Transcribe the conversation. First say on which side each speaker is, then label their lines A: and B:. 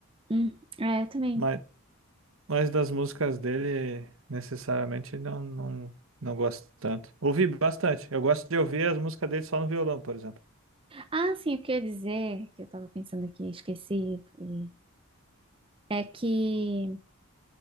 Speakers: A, on the right (about 25°); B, on the right (about 70°).
A: Hum, é, eu também.
B: mas, mas das músicas dele, necessariamente, não, não, não gosto tanto. Ouvi bastante. Eu gosto de ouvir as músicas dele só no violão, por exemplo.
A: Ah, sim, o que eu ia dizer, que eu tava pensando aqui, esqueci, e- é que